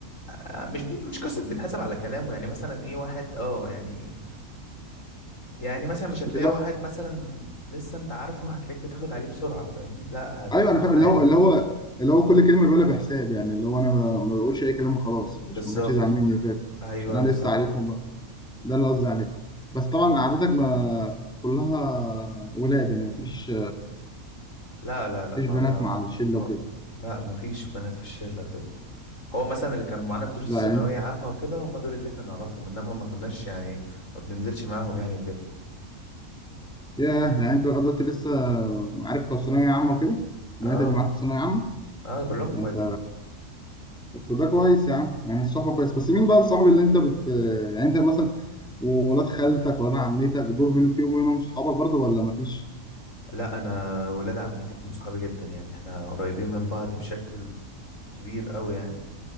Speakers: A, on the left; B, in the centre.
A: آه مش بيت مش قصة بيتحسب على كلامه يعني مثلا ايه واحد اه يعني يعني مثلا مش هتلاقي
B: اللي
A: واحد
B: هو-
A: مثلا لسه انت عارفه هتلاقيك بتاخد عليه بسرعة فاهمني لا هتبقى
B: ايوه انا فاهم
A: عادي
B: اللي هو اللي هو اللي هو كل كلمه بيقولها بحساب يعني اللي هو انا ما ما بقولش اي كلام وخلاص
A: بالظبط
B: عشان ما حدش يزعل مني وكده
A: ايوه
B: عشان انا
A: بالظبط
B: لسه عارفهم ده اللي قصدي عليه بس طبعا قعدتك ما كلها ولاد يعني مفيش
A: لا لا لا
B: مفيش
A: ما
B: بنات
A: ب... ما
B: مع الشله
A: ما-
B: وكده
A: لا ما فيش بنات في الشلة كده هو مثلا اللي كان معانا في دروس
B: لا
A: ثانوية
B: يعني
A: عامة وكده هم دول اللي احنا نعرفهم انما ما كناش يعني ما بننزلش معاهم يعني وكده
B: ياه يعني انت لغايه دلوقتي لسه عارف بتوع ثانويه عامه وكده البنات
A: اه
B: اللي معاك في ثانويه عامه
A: اه كلهم اخواتي
B: ده انت طب ده كويس يا عم يعني الصحبه كويس بس مين بقى الصاحب اللي انت بت يعني انت مثلا وولاد خالتك ولاد عمتك دول مين فيهم منهم صحابك برضو ولا مفيش
A: لا انا ولاد عمتي دول صحابي جدا يعني احنا قريبين من بعض بشكل كبير قوي يعني